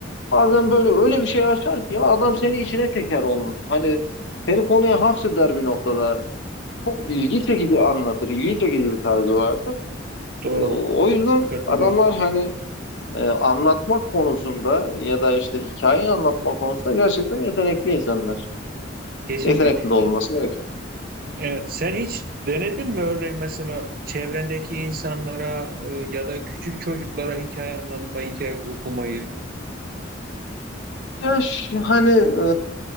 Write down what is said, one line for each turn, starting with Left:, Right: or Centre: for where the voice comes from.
Left: Bazen böyle öyle bir şey açar ki ya adam seni içine çeker onun. Hani seni konuya hapseder bir noktada. Çok ilgi çekici anlatır. ilgi çekici bir tarzı vardır.
Right: doğru.
Left: Ee, O yüzden
Right: Katılıyorum.
Left: adamlar hani e, anlatmak konusunda ya da işte hikayeyi anlatma konusunda gerçekten yetenekli insanlar.
Right: Kesinlikle.
Left: Yetenekli de olması gerekiyor.
Right: Evet, sen hiç denedin mi örneğin mesela çevrendeki insanlara e, ya da küçük çocuklara hikaye anlatmayı, hikaye okumayı?
Left: Ya ş- hani e,